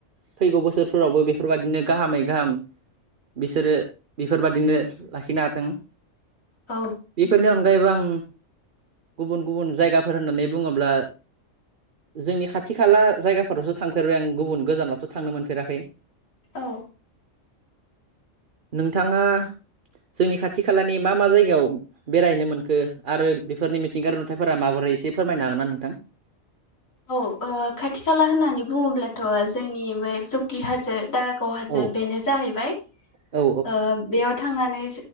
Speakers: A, on the right; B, on the left.
A: फैगौ बोसोरफोरावबो बेफोरबायदिनो गाहामै गाहाम बिसोरो बेफोरबादिनो लाखिनो हाथों।
B: औ
A: बेफोरनि अनगायैबो आं गुबुन गुबुन जायगाफोर होननानै बुङोब्ला जोंनि खाथि खाला जायगाफोरावसो थांफेरबाय आं गुबुन गोजानावथ' थांनो मोनफेराखै।
B: औ।
A: नोंथाङा जोंनि खाथि खालानि मा मा जायगायाव बेरायनो मोनखो आरो बेफोरनि मिथिंगायारि नुथायफोरा माबोरै एसे फोरमायनो हागोन ना नोंथां?
B: औ ओ खाथि खाला होननानै बुङोब्लाथ' जोंनि बै सुकि हा जो दार खौ हाजो
A: औ
B: बेनो जाहैबाय। ओ
A: औ
B: बेयाव थांनानै